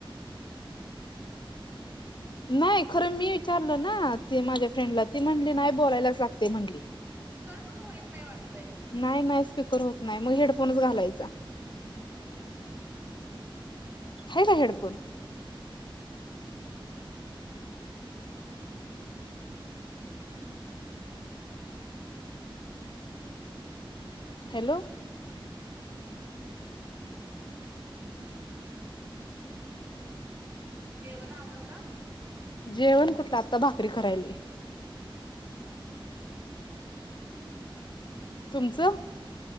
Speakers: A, on the left (about 55°); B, on the right (about 20°).
A: नाही खर मी विचारल ना ते माझ्या फ्रेंडला. ती म्हणली नाही बोलायलाच लागते म्हणली.
B: फिकर पण होईत नाही वाट
A: नाही नाही स्पीकर होत नाही मग हेडफोनच घालायचा.
B: दोन मीनीट तो.
A: हाय ना हेडफोन. हॅलो.
B: जेवण आवरलं?
A: जेवण कुठलं आत्ता भाकरी करायलोय. तुमचं.